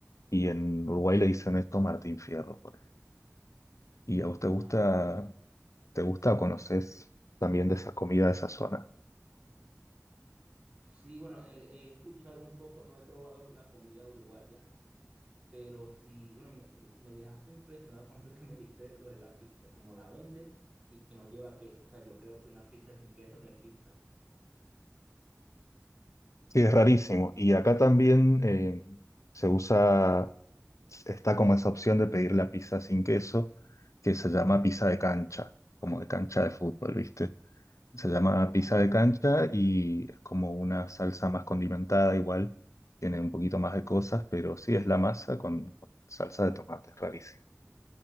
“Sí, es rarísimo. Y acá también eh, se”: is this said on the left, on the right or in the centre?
Left